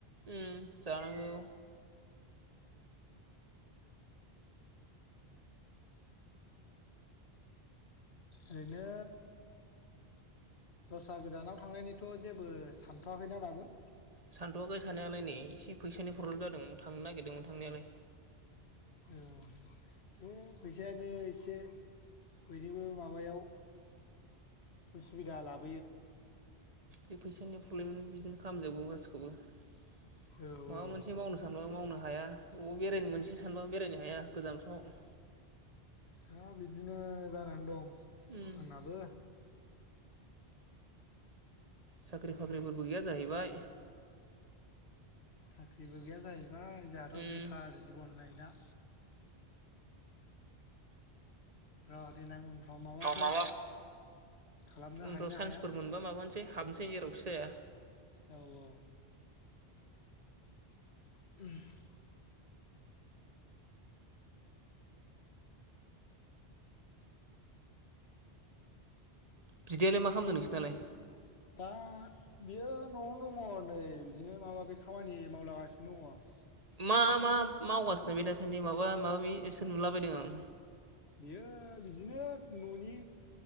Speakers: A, on the right; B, on the left.
A: उम जानांगौ
B: ओरैनो दस्रा गोजानाव थांनायनिथ' जेबो सानथ'वाखैना दाबो
A: सानथ'वाखै साननायालाय नै एसे फैसानि प्रब्लेम जादों थांनो नागिरदोंमोन थांनायालाय
B: ओ बे फैसायानो एसे बयनिबो माबायाव उसुबिदा लाबो
A: बे फैसानि प्रब्लेम खालामजोबो गासिखौबो माबा
B: औ औ
A: मोनसे मावनो सानबाबो मावनो हाया अबाव बेरायनो मोनसे सानबाबो बेरायनो हाया गोजानफ्राव
B: हा बिदिनो जानानै दं
A: उम
B: आंनाबो
A: साख्रि बाख्रिफोरबो गैया जाहैबाय
B: साख्रिबो गैया जाहैबाय जोंहाथ'
A: उम
B: बेखार जिबननाय दा र देनां उनफ्राव माबाफोर
A: माबा
B: खालामनो
A: उनफ्राव
B: हायोना
A: सान्सफोर
B: हाया
A: मोनबा माबानोसै हाबसै जेराव बसाया
B: औ औ <inaudible>
A: बिदायालाय मा खालामदों नोंसोर नालाय
B: दा बियो न'आवनो दङ नै बिदिनो माबा माबि खामानि मावलागासिनो दङ
A: मा मा मावगासिनो बे दासान्दि माबा माबासो नुलाबायदों आं
B: बियो बिदिनो न'नि